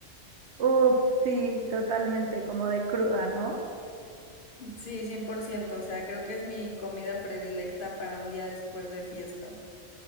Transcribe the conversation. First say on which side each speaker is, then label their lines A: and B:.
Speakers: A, on the right; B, on the left.
A: Uf, sí, totalmente, como de cruda, ¿no?
B: Sí, cien por ciento o sea, creo que es mi comida predilecta para un día después de fiesta.